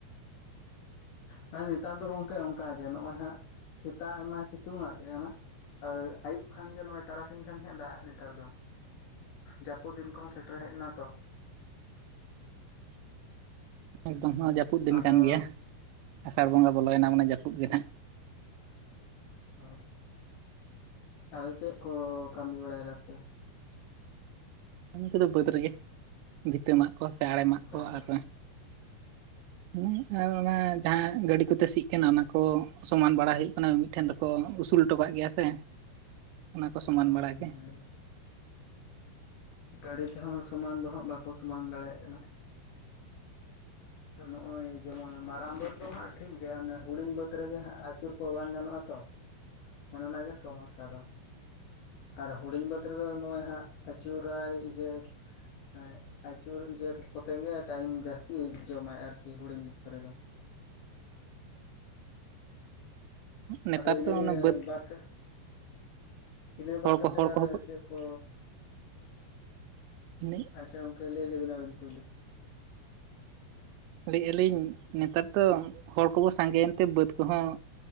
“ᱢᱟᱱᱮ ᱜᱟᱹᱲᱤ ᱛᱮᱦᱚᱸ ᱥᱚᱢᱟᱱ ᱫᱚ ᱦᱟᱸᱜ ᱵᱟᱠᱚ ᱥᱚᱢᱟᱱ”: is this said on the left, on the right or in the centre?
Left